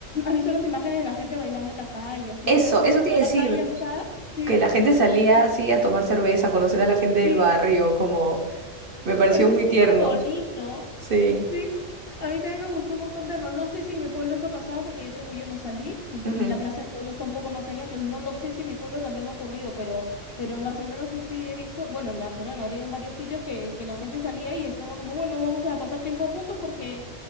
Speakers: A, on the left; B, on the right.
A: ha visto las imágenes de la gente bailando en la calle, así
B: Eso,
A: que todo el mundo
B: eso
A: salió
B: tiene que
A: a
B: decir
A: la calle a estar. Sí,
B: que la gente
A: sí,
B: salía así a tomar cerveza, a conocer a la gente
A: sí.
B: del
A: sí.
B: barrio, como me pareció
A: Me parece
B: muy
A: súper
B: tierno.
A: bonito.
B: Sí.
A: Sí. A mí también me gustó un montón verlo. No sé si en mi pueblo se ha pasado porque yo digo que yo no salí y
B: Ujú.
A: la plaza del pueblo está un poco más allá, entonces no lo sé si en mi pueblo también ha ocurrido, pero, pero en Barcelona sí sí he visto, bueno, en Barcelona, Madrid, en varios sitios que, que la gente salía y estaba como, bueno, vamos a pasar tiempo juntos porque